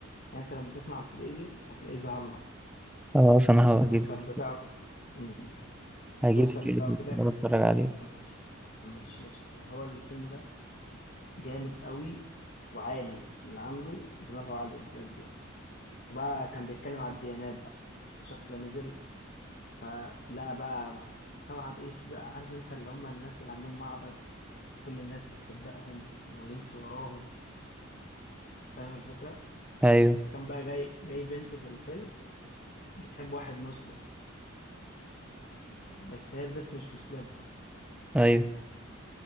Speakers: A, on the left; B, in the centre.
A: يعني انت لما تسمع 3 ايديوتس هتلاقيه ظهر لك
B: خلاص انا هجيب
A: البوستر بتاعه مم.
B: هجيب
A: البوستر
B: 3 ايديتس
A: بتاعه كده
B: ده
A: كان
B: اتفرج عليه
A: كان مف- كان مفيش لبس هو الفيلم ده جامد قوي وعالي اللي عامله دماغه عالية بجد يعني وبقى كان بيتكلم على الديانات بقى الشخص ده نزل فلا بقى طبعا ايه في بقى عارف انت اللي هم الناس اللي عندهم معبد كل الناس بتصدقهم ويمشوا وراهم فاهم الفكرة
B: ايوه
A: فكان بقى مم. جاي جاي بنت في الفيلم بتحب واحد مسلم بس هي البنت مش مسلمة
B: ايوه